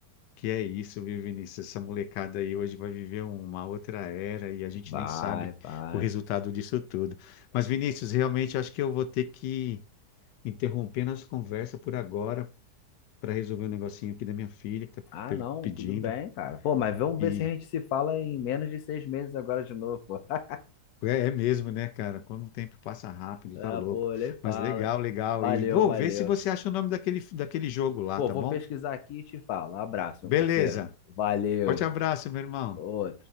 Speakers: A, on the left; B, on the left.
A: que é isso, viu, Vinícius? Essa molecada aí hoje vai viver uma outra era e a gente
B: Vai,
A: nem sabe
B: vai.
A: o resultado disso tudo. Mas, Vinícius, realmente acho que eu vou ter que interromper nossa conversa por agora, para resolver um negocinho aqui da minha filha que tá
B: Ah,
A: per-
B: não,
A: pedindo.
B: tudo bem, cara. Pô, mas vamos
A: E
B: ver se a gente se fala em menos de seis meses agora de novo. <laughs>
A: é, é mesmo, né, cara? Quando o tempo passa rápido,
B: Ah,
A: tá louco.
B: pô, nem fala.
A: Mas legal, legal.
B: Valeu,
A: E vou
B: valeu.
A: ver se você acha o nome daquele, daquele jogo lá,
B: Pô,
A: tá
B: vou
A: bom?
B: pesquisar aqui e te falo. Abraço,
A: Beleza.
B: meu parceiro. Valeu.
A: Forte abraço, meu irmão.
B: Ô,